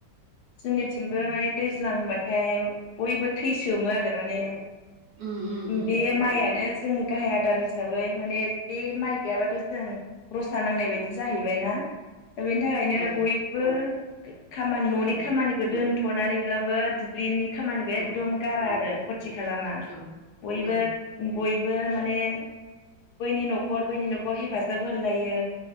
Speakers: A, on the left; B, on the right.
A: जोंनिथिंबो
B: उम
A: माने दैज्लां होनबाथाय बयबो थैसोमो आरो माने
B: उम उम
A: बे माइआनो जोंनि गाहाइ आदार हिसाबै माने बे माइ गैयाबाथ' जों रसा सा नांनाय बायदि
B: उम
A: जाहैबाय ना बेनि थाखायनो
B: औ
A: बयबो <unintelligible> खामानि न'नि
B: औ
A: खामानिखौ दोन थ'नानैब्लाबो दुब्लिनि खामानिबो
B: औ
A: एकदम गारा आरो थि खालामा
B: औ
A: बयबो
B: औ
A: बयबो बेबो माने बैनि न'खर बैनि न'खर हेफाजाब होलायो